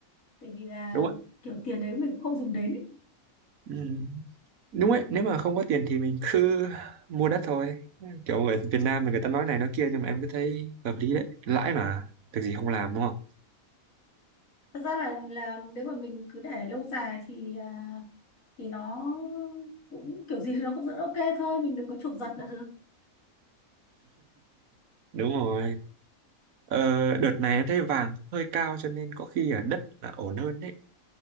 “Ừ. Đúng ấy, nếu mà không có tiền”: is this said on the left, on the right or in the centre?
Right